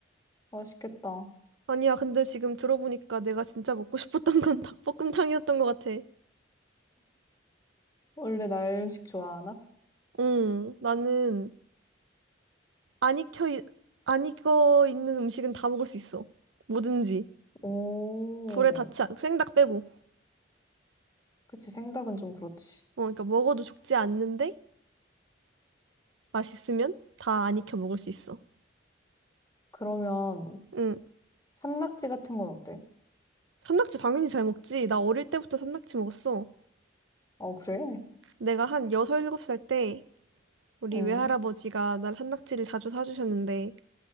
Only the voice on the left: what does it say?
맛있겠다.
원래 날 음식 좋아하나?
오,
그치. 생닭은 좀 그렇지.
그러면
산낙지 같은 건 어때?
어, 그래?
응,